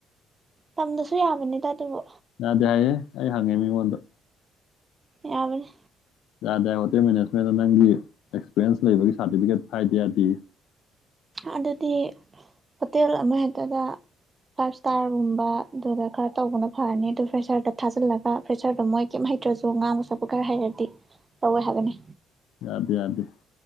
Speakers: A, on the right; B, on the left.
A: ꯇꯝꯗꯁꯨ ꯌꯥꯕꯅꯤꯗ ꯑꯗꯨꯕꯨ
B: ꯑꯗ ꯍꯥꯏꯌꯦꯦ ꯑꯩ ꯍꯪꯉꯦ ꯃꯤꯉꯣꯟꯗ
A: ꯌꯥꯕꯅꯤ
B: ꯌꯥꯗ꯭ꯔꯦ ꯍꯣꯇꯦꯜ ꯃꯦꯅꯦꯖꯃꯦꯟꯗ ꯅꯪꯒꯤ ꯑꯦꯛꯁꯄꯤꯔꯤꯌꯦꯟꯁ ꯂꯩꯕꯒꯤ ꯁꯥꯔꯇꯤꯐꯤꯀꯦꯠ ꯍꯥꯏꯗ ꯌꯥꯗꯦ
A: ꯑꯗꯨꯗꯤ ꯍꯣꯇꯦꯜ ꯑꯃꯍꯦꯛꯇꯗ ꯐꯥꯏꯚ ꯏꯁꯇꯥꯔꯒꯨꯝꯕ ꯑꯗꯨꯗ ꯈꯔ ꯇꯧꯕꯅ ꯐꯔꯅꯤ ꯑꯗꯨ ꯐ꯭ꯔꯦꯁꯔꯗ ꯊꯥꯖꯤꯜꯂꯒ ꯐ꯭ꯔꯦꯁꯔꯗꯣ ꯃꯣꯏ ꯀꯔꯤꯝ ꯍꯩꯇ꯭ꯔꯁꯨ ꯉꯥꯡꯕ ꯁꯛꯄ ꯈꯔ ꯍꯩꯔꯗꯤ ꯇꯧꯋꯦ ꯍꯥꯏꯕꯅꯤ
B: ꯑꯗꯨꯗ ꯑꯗꯦ